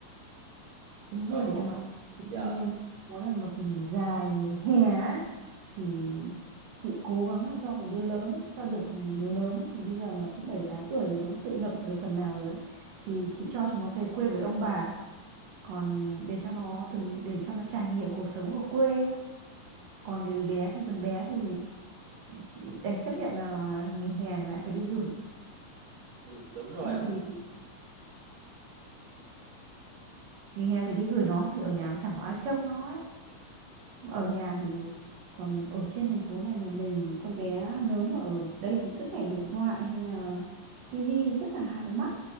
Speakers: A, on the right; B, on the right.
A: Đúng
B: Ờ,
A: rồi đấy
B: không
A: em ạ. Thế
B: Dạ,
A: cho nên mỗi lần mà kỳ nghỉ dài, nghỉ hè á, thì chị cố gắng là cho cái đứa lớn, cho được đứa lớn thì bây giờ nó cũng 7 8 tuổi rồi nó cũng tự lập được phần nào rồi ấy. Thì chị cho chúng nó về quê với ông bà. Còn để cho nó từng để cho nó trải nghiệm cuộc sống ở quê còn cái bé thì phần bé thì chị đành chấp nhận là nghỉ hè lại phải đi gửi
B: ừ, đúng rồi
A: không
B: ạ.
A: thì nghỉ hè phải đi gửi nó không thì ở nhà chẳng có ai trông nó ấy ở nhà thì còn ở trên thành phố này mà mình thì con bé lớn mà ở đây thì suốt ngày điện thoại hay là tivi rất là hại mắt